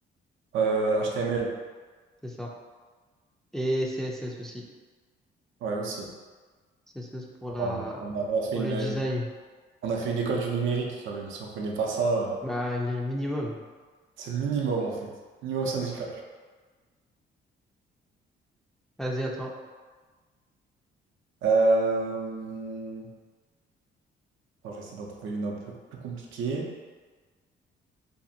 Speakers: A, on the right; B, in the centre.
A: Euh, HTML.
B: C'est ça. Et CSS aussi.
A: Ouais, aussi.
B: CSS pour
A: Enfin,
B: la...
A: on a, on a fait
B: pour
A: une,
B: le
A: une-
B: design.
A: on a fait une école du numérique quand même. Si on connaît pas ça, euh,
B: Bah, le minimum.
A: c'est le minimum en fait. Minimum syndical.
B: Exact. Vas-y, à toi.
A: Euh... attends, je vais essayer d'en trouver une un peu plus compliquée.